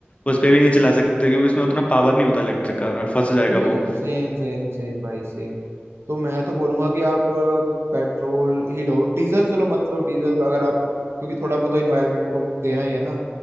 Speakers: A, on the left; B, on the right.
A: उस पे भी नहीं चला सकते क्योंकि उसमें उतना पावर नहीं होता इलेक्ट्रिक का फंस जाएगा
B: सेम
A: वो
B: सेम सेम सेम भाई सेम तो मैं तो बोलूंगा कि आप अ, पेट्रोल ही लो डीजल चलो मत लो डीजल अगर आप क्योंकि थोड़ा बहुत तो इन्वायरमेंट को देना ही है ना